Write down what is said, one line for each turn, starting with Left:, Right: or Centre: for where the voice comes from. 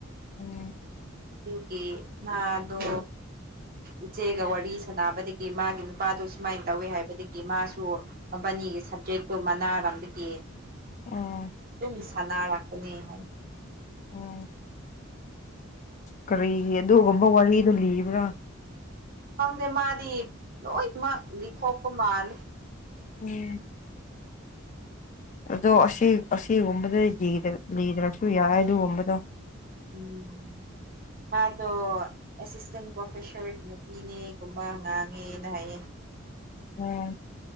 Left: ꯎꯝ
Right: ꯗꯨꯀꯤ ꯃꯥꯗꯣ ꯏꯆꯦꯒ ꯋꯥꯔꯤ ꯁꯥꯅꯕꯗꯒꯤ ꯃꯥꯒꯤ ꯅꯨꯄꯥꯗꯣ ꯁꯨꯃꯥꯏꯅ ꯇꯧꯋꯦ ꯍꯥꯏꯕꯗꯒꯤ ꯃꯥꯁꯨ ꯃꯕꯥꯅꯤꯒꯤ ꯁꯕꯖꯦꯛꯇꯣ ꯃꯥꯟꯅꯥꯔꯝꯕꯒꯤ
Left: ꯎꯝ
Right: ꯗꯨꯝ ꯁꯥꯟꯅꯔꯛꯄꯅꯦ ꯍꯥꯏ
Left: ꯎꯝ ꯀꯔꯤꯒꯤ ꯑꯗꯨꯒꯨꯝꯕ ꯋꯥꯔꯤꯗꯨ ꯂꯤꯕ꯭ꯔꯥ
Right: ꯈꯪꯗꯦ ꯃꯥꯗꯤ ꯂꯣꯏꯅꯃꯛ ꯂꯤꯊꯣꯛꯄ ꯃꯥꯂꯦ
Left: ꯎꯝ ꯑꯗꯣ ꯑꯁꯤ ꯑꯁꯤꯒꯨꯝꯕꯗ ꯂꯤꯗꯔ ꯂꯤꯗ꯭ꯔꯁꯨ ꯌꯥꯏ ꯑꯗꯨꯒꯨꯝꯕꯗꯣ
Right: ꯎꯝ ꯃꯥꯗꯣ ꯑꯦꯁꯤꯁꯇꯦꯟ ꯄ꯭ꯔꯣꯐꯦꯁꯔꯒꯤ ꯅꯨꯄꯤꯅꯦꯒꯨꯝꯕ ꯉꯥꯡꯉꯦꯅ ꯍꯥꯏꯌꯦ
Left: ꯎꯝ